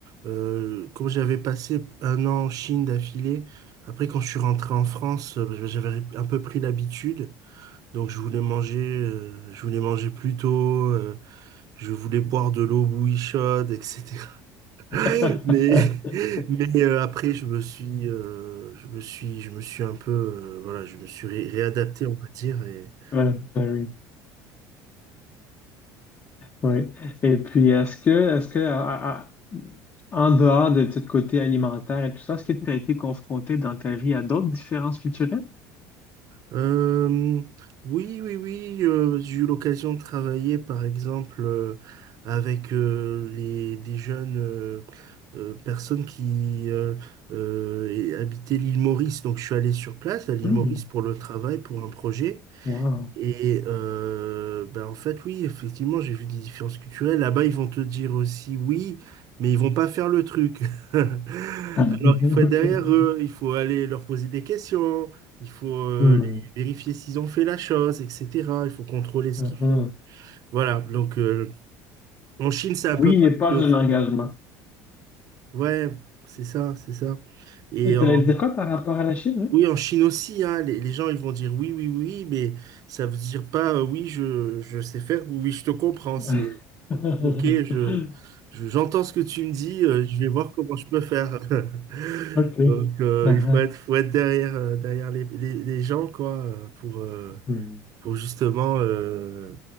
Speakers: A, on the right (about 50°); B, on the left (about 30°).
A: euh, comme j'avais passé un an en Chine d'affilée, après quand je suis rentré en France, euh, bah, j'avais un peu pris l'habitude. Donc je voulais manger, euh, je voulais manger plus tôt. euh, Je voulais boire de l'eau bouillie chaude, etc. <laughs>
B: <laughs>
A: Mais, mais euh, après, je me suis, euh, je me suis, je me suis un peu, euh, voilà, je me suis ré- réadapté, on va dire. Et,
B: Ouais, ben oui. Oui. Et puis, est-ce que, est-ce que, à- à- en dehors de ce côté alimentaire et tout ça, est-ce que tu as été confronté dans ta vie à d'autres différences culturelles?
A: Euh, oui, oui, oui, euh, j'ai eu l'occasion de travailler, par exemple, euh, avec euh, les, des jeunes euh, euh, personnes qui euh, euh, et- habitaient l'île Maurice. Donc, je suis allé sur place à l'île
B: Hmm.
A: Maurice pour le travail, pour un projet.
B: Wow.
A: Et euh, ben en fait, oui, effectivement, j'ai vu des différences culturelles. Là-bas, ils vont te dire aussi oui, mais ils vont pas faire le truc. <laughs> Alors,
B: <laughs>
A: il faut être derrière eux, il faut aller leur poser des questions, il faut euh,
B: Hmm.
A: les- vérifier s'ils ont fait la chose, etc. Il faut contrôler ce
B: Uh-huh.
A: qu'ils font. Voilà, donc euh, en Chine, c'est un peu
B: Oui
A: pareil
B: n'est pas
A: aussi.
B: un engagement.
A: Ouais, c'est ça, c'est ça. Et
B: Et t'allais
A: en-
B: dire quoi par rapport à la Chine,
A: oui, en Chine aussi, hein, les, les gens, ils vont dire oui, oui, oui, mais ça veut dire pas euh, oui, je, je sais faire ou oui, je te comprends.
B: oui? <laughs>
A: Ok, je, je- j'entends ce que tu me dis, euh, je vais voir comment je peux faire. <laughs>
B: OK.
A: Donc, euh,
B: Ah,
A: il faut
B: ah.
A: être, faut être derrière, euh, derrière les, les, les gens, quoi, euh, pour, euh,
B: Hmm.
A: pour justement, euh,